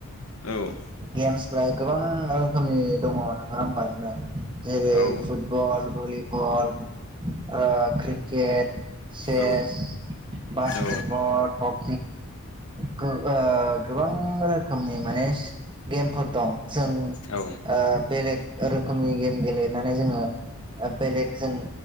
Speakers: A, on the left; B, on the right.
A: औ।
B: गेम्सफोरा गोबां रोखोमनि दङ नङा होमबा जोंहा जेरै
A: औ
B: फुटबल भलिबल ओ क्रिकेट। चेस
A: औ।
B: बास्केटबल
A: औ
B: हक खि ओ गोबां रोखोमनि माने स गेमफोर दं जों
A: औ
B: ओ बेलेग रोखोमनि गेम गेले नानै जोङो बेलेग जों